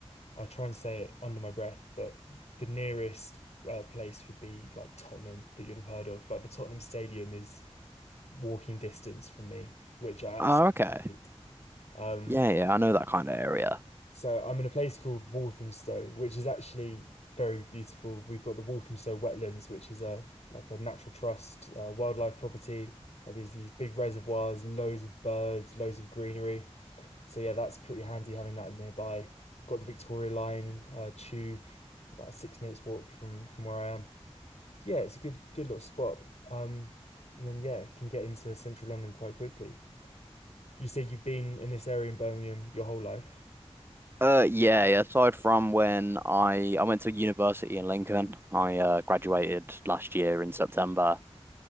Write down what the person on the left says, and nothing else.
I try and say it under my breath, but the nearest uh, place would be like Tottenham that you'd have heard of. Like the Tottenham Stadium is walking distance from me, which I absolutely
hate. Um,
so I'm in a place called Walthamstow, which is actually very beautiful. We've got the Walthamstow Wetlands, which is a like a natural trust uh, wildlife property. Like there's these big reservoirs, loads of birds, loads of greenery. So yeah, that's pretty handy having that nearby. Got the Victoria Line uh, tube, about a six minutes walk from from where I am. So yeah, it's a good good little spot. Um, and then yeah, can get into central London quite quickly. You say you've been in this area in Birmingham your whole life.